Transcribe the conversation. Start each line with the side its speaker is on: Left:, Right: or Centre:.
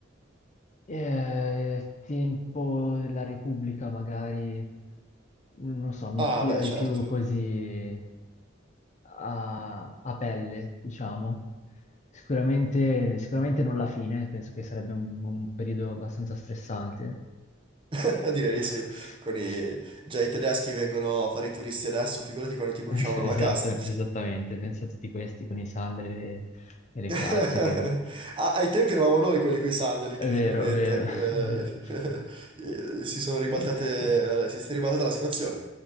Left: eh, tempo della Repubblica magari, non lo so, mi
Right: Ah,
Left: attira
Right: beh,
Left: di
Right: certo.
Left: più così a, a pelle, diciamo. Sicuramente, sicuramente non la fine, penso che sarebbe un un periodo abbastanza stressante.
Right: <laughs> Direi
Left: <laughs>
Right: di sì. Con i... Già i tedeschi vengono a fare i turisti adesso, figurati quando
Left: <laughs>
Right: ti bruciavano
Left: Esatto,
Right: la casa.
Left: esattamente, pensa a tutti questi con i sandali e le, e le
Right: <laughs>
Left: calze che...
Right: A- Ai tempi eravamo noi quelli coi sandali,
Left: È
Right: incredibilmente.
Left: vero, è vero, <laughs> è
Right: eh,
Left: vero.
Right: <laughs> eh, si
Left: <laughs>
Right: sono ribaltate, la- si è ribaltata la situazione,